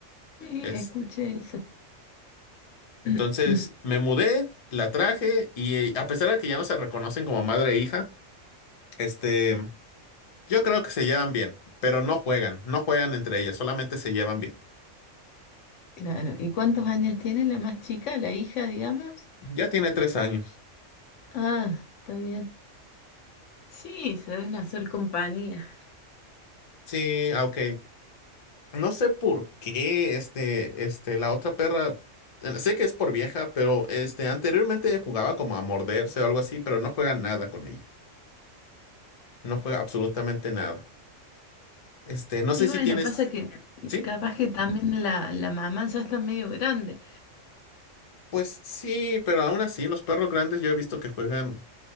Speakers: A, on the left; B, on the left.
A: sí,
B: Es,
A: escuché eso.
B: entonces
A: <clears throat>
B: me mudé, la traje y eh, a pesar de que ya no se reconocen como madre e hija, este Yo creo que se llevan bien, pero no juegan, no juegan entre ellas, solamente se llevan bien.
A: Claro, ¿y cuántos años tiene la más chica, la hija, digamos?
B: Ya tiene tres años.
A: Ah, está bien. Sí, se deben hacer compañía.
B: Sí, ah, ok. No sé por qué, este, este, la otra perra, eh, sé que es por vieja, pero este, anteriormente jugaba como a morderse o algo así, pero no juega nada con ella. No juega absolutamente nada. Este, no sé
A: Y bueno,
B: si tienes,
A: pasa que
B: ¿sí?
A: capaz que también la, la mamá ya está medio grande.
B: Pues sí, pero aún así, los perros grandes yo he visto que juegan